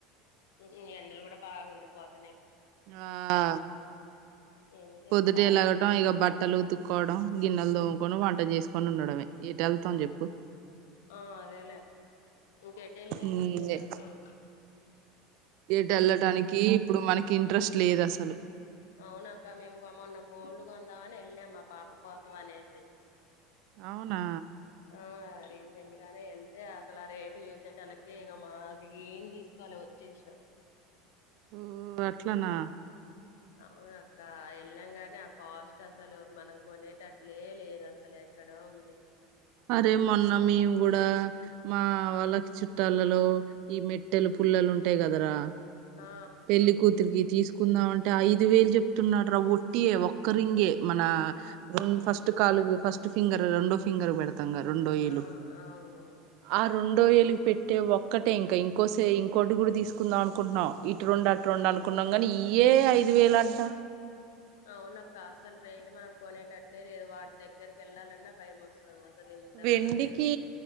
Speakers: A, on the left; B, on the right.
A: ఈ ఎండలు కూడా బాగుండిపోత
B: ఆ
A: ఏమీ లేదు
B: పొద్దుటే
A: ఖాళీ
B: లెగటం ఇక బట్టలు ఉతుక్కోవడం గిన్నెలు దోము కొను వంట చేసుకొని ఉండడమే ఎటు వెళ్తాం చెప్పు
A: ఆ అదే లే ఇంకెటు ఎళ్లేది
B: మ్మ్
A: లేదు అస్సలు
B: ఎటు ఎళ్ళటానికి ఇప్పుడు మనకి ఇంట్రెస్ట్ లేదు అస్సలు
A: అవున అక్క మేము మొన్న గోల్డ్ కొందామని వెళ్ళాం మా పాప కోసం అనేసి
B: అవునా
A: ఆ రీసెంట్ ఇగానే ఎళ్తే అస్సలు ఆ రేటు చూసేటళ్లకే ఇక మాకు ఏం తీసుకోల వచ్చేసిన
B: ఊ అట్లనా
A: అవును అక్క వెళ్ళం కాని ఆ కాస్ట్ అసలు మనం కొనేటట్లే లేదు అసలు ఎక్కడో ఉంది
B: అరే మొన్న మేమ్ కూడా మా వాళ్ళకి చుట్ కాళ్లలో ఈ మెట్టెలు పుల్లలు ఉంటాయి కదరా
A: ఆ
B: పేళ్లి కుతురికి తీస్ కుందాం అంటే ఐదు వేలు చెప్తున్నార్ర ఒట్టియే ఒక్కరింగే మన రెం ఫస్ట్ కాలు ఫస్ట్ ఫింగర్ రెండో ఫింగర్ కు పెడతాం గా రెండో ఏలు
A: ఆ అవును
B: ఆ రెండో ఏలు పెట్టే ఒక్కటే ఇంక ఇం కోసే ఇంకోటి కూడా తీసుకుందాం అనుకుంటున్నాం ఇటు రెండు అటు రెండు అనుకున్నాం కానీ ఇయ్యే ఐదు వేలు అంటా
A: అవున అక్క అస్సలు రేటు మనం కొనేటట్లే లేవు వాటి దగ్గరకి వెళ్ళాలన్నా భయం వస్తుంది అసలు ఇంతగానం
B: వెండికి
A: పెరిగి